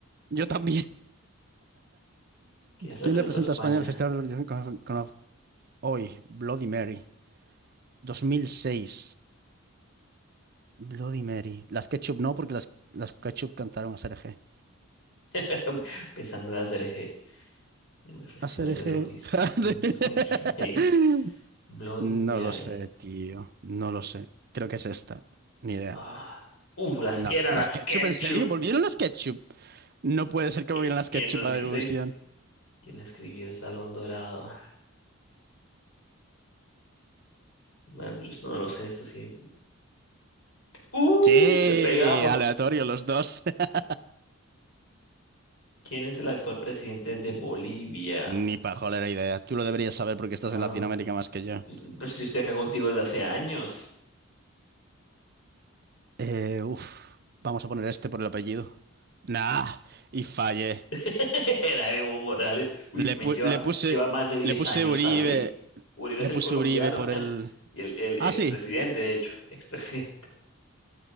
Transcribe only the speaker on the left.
quien representó
a España
<laughs> pensando en hacer eje en el Festival
de Eurovisión
2006. Bloody
Mary.
Ah, uf, las
que era
las
Ketchup.
Y,
y
en el 2006,
¿quién escribió El Salón Dorado? Bueno, yo esto no lo sé, esto sí. ¡Uh!
Le pegamos.
¿Quién es el actual presidente de Bolivia?
Ah,
Pues yo estoy acá contigo desde hace años.
<laughs> Era Evo Morales. Uy,
si me
lleva,
lleva más de 10
años
ahí. Uribe
es el
colombiano
<laughs>
y el, el
expresidente,
de hecho, expresidente